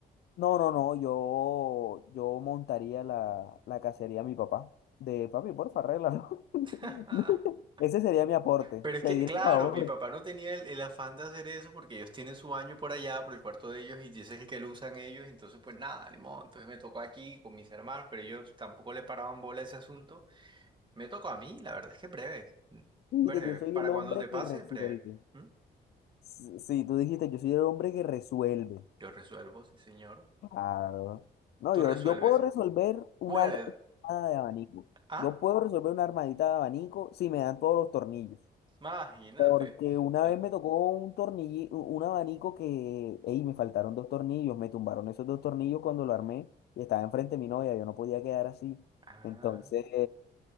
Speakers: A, on the left; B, on the right.
A: No, no, no, yo, yo montaría la, la cacería a mi papá. De papi, porfa, arréglalo. <laughs>
B: <laughs>
A: Ese sería mi aporte,
B: Pero es
A: pedir
B: que, claro,
A: el favor.
B: mi papá no tenía el, el afán de hacer eso porque ellos tienen su baño por allá, por el cuarto de ellos, y ese es el que lo usan ellos, entonces pues nada, ni modo, entonces me tocó aquí con mis hermanos, pero ellos tampoco le paraban bola a ese asunto. Me tocó a mí, la verdad es que breve. mm,
A: Dijiste,
B: Breve.
A: yo soy
B: Para
A: el hombre
B: cuando te pase,
A: que resuelve.
B: breve. ¿Mm?
A: Sí, sí, tú dijiste, yo soy el hombre que resuelve.
B: Yo resuelvo, sí, señor.
A: Claro. No,
B: Tú
A: yo,
B: resuelves.
A: yo puedo resolver una
B: Puedes.
A: ar- una armada de abanico.
B: Ah,
A: Yo puedo resolver una armadita de abanico si me dan todos los tornillos.
B: imagínate.
A: Porque una
B: O sea,
A: vez me tocó un tornillo, un abanico que, ey, me faltaron dos tornillos, me tumbaron esos dos tornillos cuando lo armé y estaba enfrente de mi novia, yo no podía quedar así.
B: ah,
A: Entonces,